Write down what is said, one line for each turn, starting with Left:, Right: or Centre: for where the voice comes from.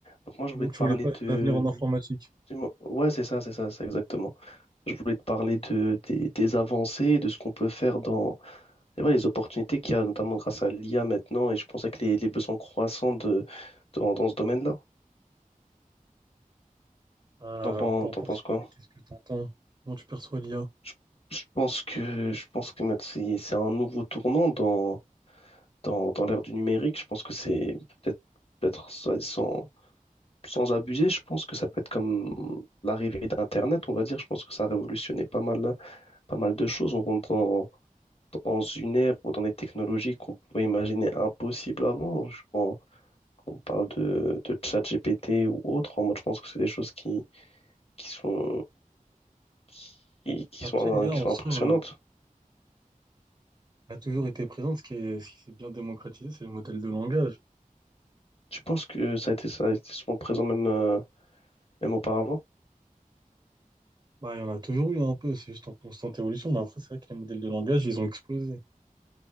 Left: Donc moi, je voulais
Right: Donc,
Left: te
Right: tu
Left: parler
Right: voulais pas
Left: de...
Right: un avenir en informatique.
Left: dis-moi- Ouais, c'est ça, c'est ça, c'est exactement. Je voulais te parler de, des, des avancées, et de ce qu'on peut faire dans et voilà, les opportunités qu'il y a, notamment grâce à l'IA maintenant, et je pensais que les, les besoins croissants de, dans, dans ce domaine-là.
Right: Euh,
Left: T'en pen-
Right: par
Left: t'en
Right: opportunité,
Left: penses quoi?
Right: qu'est-ce que tu entends? Comment tu perçois l'IA?
Left: Je, je pense que, je pense que maintenant, c'est c'est un nouveau tournant dans, dans, dans l'ère du numérique. Je pense que c'est peut-être, peut-être ça- sans, sans abuser, je pense que ça peut être comme l'arrivée d'Internet, on va dire. Je pense que ça a révolutionné pas mal pas mal de choses. On rentre dans, dans une ère ou dans des technologies qu'on pouvait imaginer impossibles avant. Je, quand, quand on parle de, de GPT ou autre, moi je pense que c'est des choses qui, qui sont, qui, qui
Right: Après,
Left: sont,
Right: l'IA
Left: qui
Right: en
Left: sont
Right: soi
Left: impressionnantes.
Right: euh, a toujours été présente. Ce qui est, ce qui s'est bien démocratisé, c'est le modèle de langage.
Left: Tu penses que ça a été, ça a été souvent présent même, euh, même auparavant?
Right: Bah, il y en a toujours eu un peu, c'est juste en constante évolution. Mais après, c'est vrai que les modèles de langage, ils ont explosé.